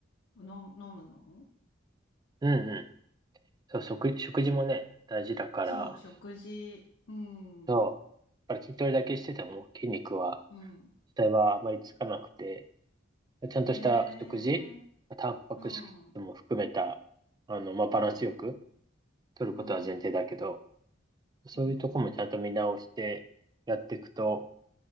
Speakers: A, on the left (about 70°); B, on the right (about 20°).
A: の、飲むの
B: うん、うん。そう、食、食事もね、大事だから、
A: そう、食事。うん、
B: そう。
A: う
B: やっぱり筋トレだけしてても筋肉は、
A: ん。
B: 実際はあまりつかなくて、ちゃんとした食事、
A: へえ、
B: タンパク質も含めた、
A: うん、うん、
B: あの、まあ、バランスよく
A: うん、
B: 取ることは前提だけど、
A: うん、
B: そういうとこもちゃんと見直してやっていくと、
A: うん、うん。